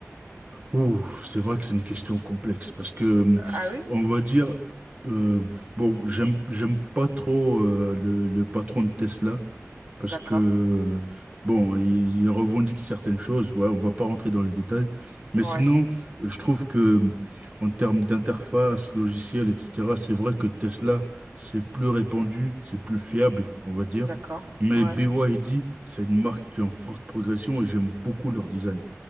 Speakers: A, on the right (about 25°); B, on the right (about 55°).
A: Ouh, c'est vrai que c'est une question complexe parce que euh,
B: Ah oui?
A: on va dire euh, bon, j'aime j'aime pas trop euh, le, le patron de Tesla parce
B: D'accord.
A: que, bon, ils il revendique certaines choses, ouais, on va pas rentrer dans les détails, mais
B: Ouais,
A: sinon, je trouve que, en termes d'interface, logiciel, etc., c'est vrai que Tesla, c'est plus répandu, c'est plus fiable, on va dire,
B: d'accord.
A: mais
B: Ouais.
A: BYD, c'est une marque qui est en forte progression et j'aime beaucoup leur design.